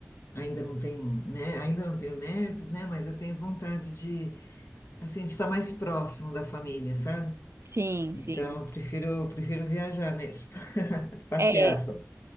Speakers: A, on the left; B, on the right.
A: ainda não têm, né? Ainda não tenho netos, né? Mas eu tenho vontade de, assim, de estar mais próximo da família, sabe?
B: Sim,
A: Então,
B: sim.
A: eu prefiro, prefiro viajar mesmo, <laughs> passear
B: É,
A: só.